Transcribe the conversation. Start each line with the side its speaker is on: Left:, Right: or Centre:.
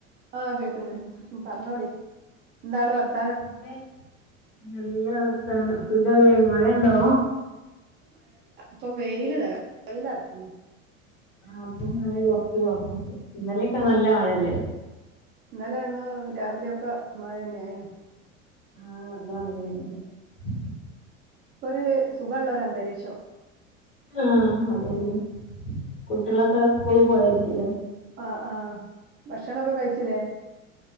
Right: ആഹ് കേക്കുന്ന് ഹ് ഹ് പറഞ്ഞോളി എന്താണ് വർ <unintelligible>
Left: വെൽ നല്ല വർത്താനം സുഗല്ലെ മഴണ്ടോ?
Right: പ്പം വെയില് ത വെയിലർക്കുന്നു.
Left: ആ ഇപ്പം മയ കൊറച്ച് കൊറഞ്ഞിക്ക. ഇന്നല്യോക്കെ നല്ല
Right: ആഹ്
Left: മഴല്ലേ?
Right: ഇന്നലെ ഇന്നും രാവിലെയൊക്കെ മഴെന്നെ ആയിനു.
Left: ആ അതാണ് ലേ. <unintelligible>
Right: ഒരു സുഖള്ളൊരന്തരീക്ഷൊ
Left: ആ അതല്ലേ കുട്ടികളൊക്കെ സ്കൂളിൽ പോയായിരിക്കുലേ?
Right: ആ ആ ഭക്ഷണൊക്കെ കഴിച്ചില്ലേ?